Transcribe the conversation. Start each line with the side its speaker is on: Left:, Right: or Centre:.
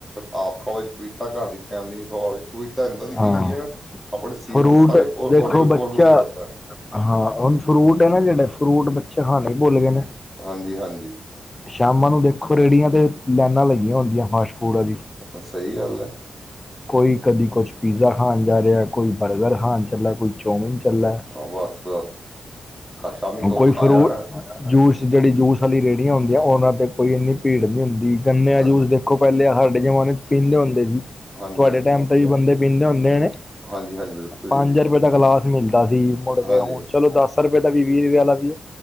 Centre: ਆਪ ਖਾਵੇ ਪਪੀਤਾ, ਘਰ ਦੀ ਫੈਮਿਲੀ ਨੂੰ ਖਵਾਵੇ ਪਪੀਤਾ।
Left: ਹਾਂ
Centre: ਇਅਰ, ਆਪਣੇ ਸਰੀਰ
Left: ਫਰੂਟ
Centre: ਦੇ ਸਾਰੇ ਉ ਔਰ
Left: ਦੇਖੋ
Centre: ਓਰੇਗਨ
Left: ਬੱਚਾ
Centre: ਉਰਗਸੀ ਕਰਦਾ ਆ।
Left: ਹਾਂ ਹੁਣ ਫਰੂਟ ਹੈ ਨਾ ਜੇਡਾ, ਫਰੂਟ ਬੱਚੇ ਖਾਣਾ ਹੀ ਭੁੱਲ ਗੇ ਨੇ।
Centre: ਹਾਂਜੀ-ਹਾਂਜੀ।
Left: ਸ਼ਾਮਾਂ ਨੂੰ ਦੇਖੋ ਰੇਹੜੀਆਂ ਤੇ ਲਾਈਨਾਂ ਲੱਗੀਆਂ ਹੁੰਦੀਆਂ, ਫਾਸਟ ਫੂਡਾਂ ਵਾਲੀ।
Centre: ਏਹ ਸਹੀ ਗੱਲ ਆ।
Left: ਕੋਈ ਕਦੀ ਕੁਛ ਪੀਜ਼ਾ ਖਾਣ ਜਾ ਰਿਹਾ ਕੋਈ ਬਰਗਰ ਖਾਣ ਚੱਲਾ ਕੁਛ ਚੋਮਿਨ ਚਲੈ
Centre: ਬਸ ਸ਼ਾਮੀ ਕੋ
Left: ਕੋਈ
Centre: ਖਾਇਆ
Left: ਫਰੂਟ।
Centre: ਨਾ
Left: ਜੂਸ, ਜਿਹੜੀ ਜੂਸ ਵਾਲੀ ਰੇਹੜੀਆਂ ਹੁੰਦੀਆਂ ਉਹਨਾਂ ਤੇ ਕੋਈ ਇੰਨੀ ਭੀੜ ਨਹੀਂ ਹੁੰਦੀ ਗੰਨੇ ਦਾ
Centre: ਹਾਂਜੀ,
Left: ਜੂਸ ਦੇ ਦੇਖੋ ਪੈਲੇ ਹਾਡੇ ਜ਼ਮਾਨੇ 'ਚ ਪੀਂਦੇ ਹੁੰਦੇ ਸੀ।
Centre: ਹਾਂਜੀ,
Left: ਤੁਆਡੇ
Centre: ਹਾਂਜੀ,
Left: ਟੈਮ ਤੇ ਵੀ ਬੰਦੇ ਪੀਂਦੇ ਹੁੰਦੇ ਨੇ।
Centre: ਹਾਂਜੀ, ਹਾਂਜੀ ਬਿਲਕੁਲ
Left: ਪੰਜ
Centre: ਜੀ
Left: ਰੁਪਏ ਦਾ ਗਲਾਸ ਮਿਲਦਾ ਸੀ। ਮੁੜ ਕੇ
Centre: ਹਾਂਜੀ,
Left: ਹੁਣ ਚਲੋ ਦੱਸ- ਸੱਤਰ ਰੁਪਏ ਦਾ, ਵੀ- ਵੀ ਰੁਪਏ ਆਲਾ ਵੀ ਏ।